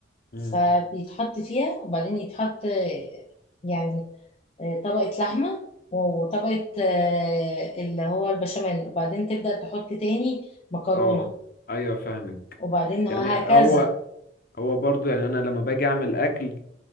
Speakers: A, on the left (about 55°); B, on the left (about 35°).
A: مم.
B: فبيتحط فيها وبعدين يتحط آه، يعني آه، طبقه لحمه وطبقه آه، اللي هو البشاميل وبعدين تبدا تحط تاني مكرونه
A: اه ايوه فاهمك
B: وبعدين وهكذا
A: يعني هو هو برضو يعني انا لما باجي اعمل اكل